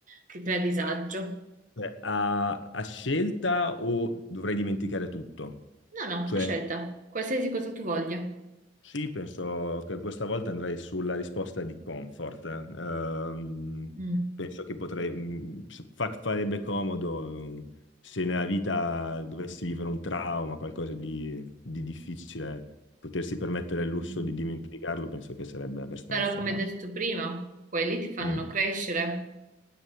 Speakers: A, on the right; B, on the left.
A: ti crea disagio.
B: cioè, a, a scelta o dovrei dimenticare tutto?
A: No, no,
B: Cioè,
A: a scelta, qualsiasi cosa tu voglia.
B: Sì, penso che questa volta andrei sulla risposta di comfort. Ehm,
A: Mm.
B: penso che potrei, mh, fa- farebbe comodo eh, se nella vita dovessi vivere un trauma, qualcosa di, di difficile, potersi permettere il lusso
A: Mm.
B: di dimenticarlo, penso che sarebbe abbastanza...
A: Però, come detto prima, quelli ti fanno
B: mm.
A: crescere.